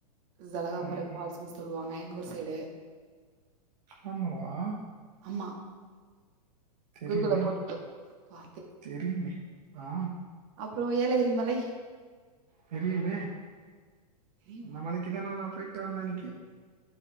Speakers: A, on the right; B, on the right.
A: ஜலகாம்பர
B: ம்ஹ்ம்.
A: ஃபால்ஸ்னு சொல்லுவாங்க எங்க ஊர் சைடு
B: ஆமாவா
A: ஆமா
B: தெரியுமே
A: கூகுள்ல போட்டு பா பா
B: தெரியுமே ஆ
A: அப்ற ஏலகிரி மலை
B: தெரியுமே
A: தெரியுமா
B: அந்த மலைக்குதான நா போய்ட்டு வந்தே அனைக்கி